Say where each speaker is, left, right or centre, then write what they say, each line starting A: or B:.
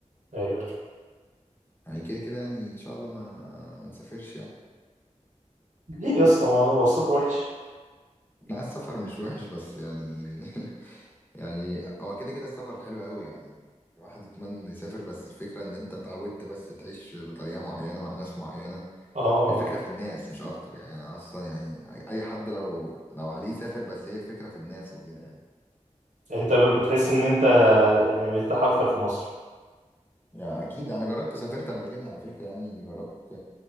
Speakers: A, on the right (about 75°); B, on the left (about 15°).
A: ايوه
B: يعني كده كده يعني ان شاء الله ما ما نسافرش يعني
A: ليه يا اسطى ما هو السفر وحش؟
B: لا السفر مش وحش بس يعني <laughs> يعني هو كده كده السفر حلو قوي يعني الواحد يتمنى انه يسافر بس الفكره ان انت اتعودت بس تعيش بطريقه معينه مع ناس معينه
A: اه اه
B: الفكره في الناس مش اكتر يعني انا اصلا يعني اي حد لو لو عليه يسافر بس هي الفكره في الناس وكده يعني
A: انت ب- بتحس ان انت يعني مرتاح اكتر في مصر
B: يعني اكيد انا جربت سافرت قبل كده على فكره يعني جربت